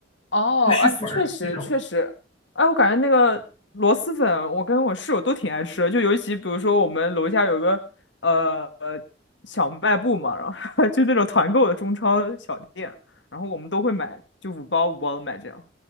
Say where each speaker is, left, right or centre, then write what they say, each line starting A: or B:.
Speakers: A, on the left (about 70°); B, on the left (about 30°).
A: 哦，
B: 就是粉儿这种。
A: 哎，确实确实，哎，我感觉那个螺蛳粉，我跟我室友都挺爱吃的，就尤其比如说我们楼下有个呃呃小卖部嘛，然后 <laughs> 就那种团购的中超小店，然后我们都会买，就五包五包的买这样。